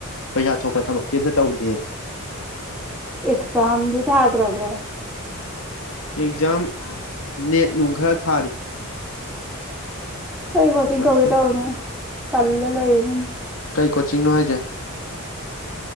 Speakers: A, on the left (about 70°); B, in the centre.
A: ꯄꯩꯁꯥ ꯊꯣꯛꯄ ꯊꯕꯛꯇꯤ ꯑꯝꯇ ꯇꯧꯗꯦ
B: ꯑꯦꯛꯖꯥꯝꯗꯤ ꯊꯥꯗ꯭ꯔꯕ
A: ꯑꯦꯛꯖꯥꯝ ꯅꯦꯠꯅꯨꯡ ꯈꯔ ꯊꯥꯔꯤ
B: ꯀꯔꯤ ꯋꯥꯣꯆꯤꯡ
A: ꯃꯁ
B: ꯇꯧꯋꯦꯗꯧꯅꯦ <unintelligible> ꯇꯜ ꯂꯩꯥꯏꯅꯤ
A: ꯀꯩ ꯀꯣꯆꯤꯡꯅꯣ ꯍꯥꯏꯁꯦ